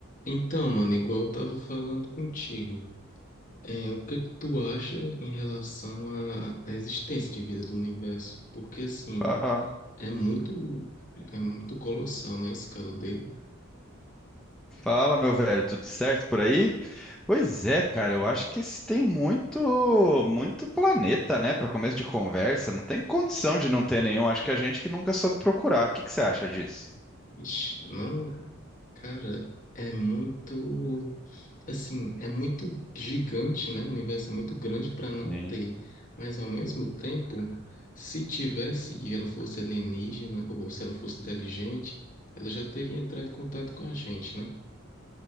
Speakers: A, on the left (about 40°); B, in the centre.
A: Então, mano, igual eu tava falando contigo, é, o que é que tu acha em relação à, à existência de vida do universo? Porque, assim,
B: Ah,
A: é muito, é muito colossal, né, a escala dele.
B: fala, meu velho, tudo certo por aí? Pois é, cara, eu acho que esse tem muito, muito planeta, né, para começo de conversa. Não tem condição de não ter nenhum. Acho que a gente que nunca soube procurar. O que que você acha disso?
A: Ixi, não, Cara, é muito, assim, é muito gigante, né? O universo é muito grande para não
B: Sim.
A: ter. Mas ao mesmo tempo, se tivesse e ela fosse alienígena ou se ela fosse inteligente, ela já teria entrado em contato com a gente, né?